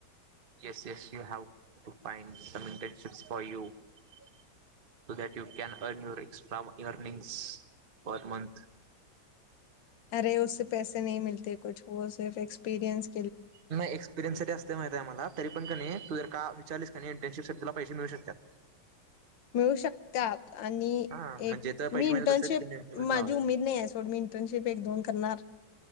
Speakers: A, on the right; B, on the left.
A: Yes yes you have to find some internships for you so that you can earn your extra earning per month.
B: अरे उसे पैसे नही मिलते कुछ वह सर्फ एक्सपिरयंस.
A: नाही एक्सपिरियन्ससाठी असते माहित आहे मला. तरी पण क नाही तू जर का विचारलीस का नाही इंटर्नशिप तुला पैसे मिळू शकतात.
B: करू शकता. आणि
A: हा म्हणजे
B: एक
A: तर पैसे
B: मी इंटर्नशिप
A: मिळतात तसं तिकडे नेमकच
B: माझी
A: लावायचं.
B: उमेद नाही आहे. सोड मी इंटर्नशिप एक दोन करणार.